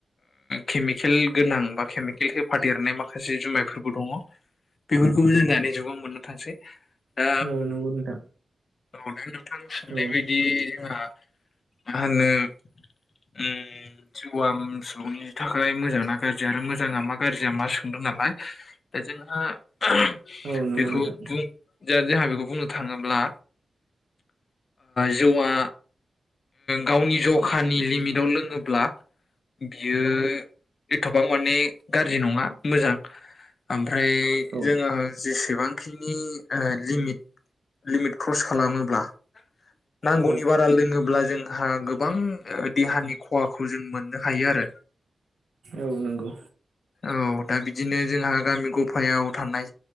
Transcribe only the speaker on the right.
औ नंगौ नोंथां
औ
औ नंगौ नोंथां
औ
औ
औ नंगौ